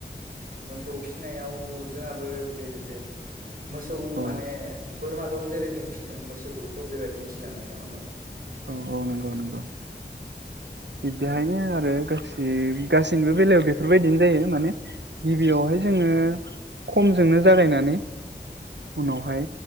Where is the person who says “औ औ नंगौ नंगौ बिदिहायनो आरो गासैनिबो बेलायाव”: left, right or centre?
Right